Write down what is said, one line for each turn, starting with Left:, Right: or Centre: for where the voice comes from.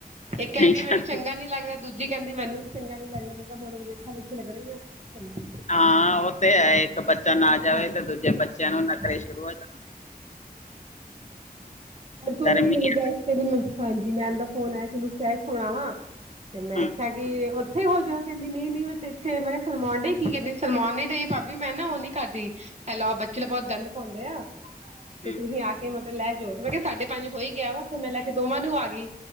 Right: ਇੱਕ
Left: ਨਹੀਂ
Right: ਕਹਿੰਦੀ
Left: ਜਾਣਾ
Right: ਮੈਨੂੰ ਚੰਗਾ ਨੀ ਲੱਗਦਾ, ਦੂਜ ਦੂਜੀ ਕਹਿੰਦੀ ਮੈਨੂੰ ਵੀ ਚੰਗਾ ਨੀ ਲੱਗਦਾ ਮੈਂ ਕਿਹਾ ਵੇਖਾ ਹੁਣ ਇਥੇ ਲਗਨਾ ਈ ਆ <inaudible>
Left: ਹਾਂ ਉਹ ਤੇ ਹੈ ਇੱਕ ਬੱਚਾ ਨਾ
Right: ਹਾਂ
Left: ਜਾਵੇ ਤੇ ਦੂਜੇ ਬੱਚਿਆਂ ਨੂੰ ਨਖਰੇ
Right: ਹਾਂ
Left: ਸ਼ੁਰੂ ਹੋ ਜਾਂਦੇ ਆ।
Right: ਪਰਸੋਂ
Left: ਗਰਮੀ
Right: ਹੀ ਲੱਗਿਆ
Left: ਆ
Right: ਸੀ ਕਹਿੰਦੀ ਮੈਂ ਹਾਂਜੀ ਮੈਮ ਦਾ ਫੋਨ ਆਇਆ ਸੀ ਉਹਨੂੰ <inaudible> ਫੜਾਵਾਂ। ਤੇ ਮੈ
Left: ਹੂੰ
Right: ਆਖਿਆ ਉੱਥੇ ਹੀ ਹੋ ਜਾ ਕਹਿੰਦੀ ਨਹੀਂ ਨਹੀਂ ਮਤਲਬ ਇੱਥੇ ਮੈਂ ਕਿਹਾ ਸਰਮਾਉਣ ਡਈ ਕੀ ਕਹਿੰਦੀ ਸਰਮਾਉਣ ਨੀ ਡਈ ਭਾਬੀ ਮੈਂ ਨਾ ਉਹ ਨੀ ਕਰਦੀ। ਦੀ ਹੈਲੋ ਬੱਚੇ ਤਾਂ ਬਹੁਤ ਗੰਧ ਪਾਉਂਦੇ ਆ। ਤੇ
Left: ਹੂੰ
Right: ਤੁਸੀਂ ਆ ਕੇ ਮਤਲਬ ਲੈ ਜਾਓ, ਮੈਂ ਕਿਹਾ। ਸਾਢੇ -ਪੰਜ ਹੋ ਈ ਗਿਆ ਵਾ, ਫਿਰ ਮੈਂ ਲੈ ਕੇ ਦੋਵਾਂ ਨੂੰ ਆ ਗਈ